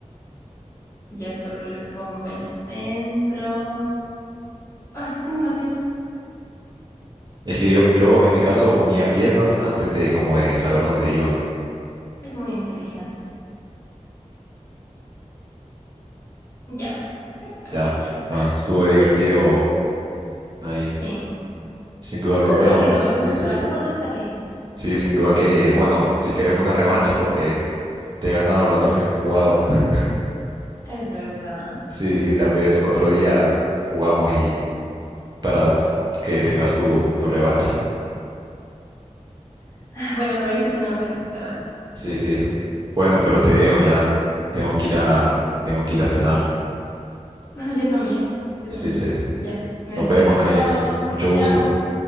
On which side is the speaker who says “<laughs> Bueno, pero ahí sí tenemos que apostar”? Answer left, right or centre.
Left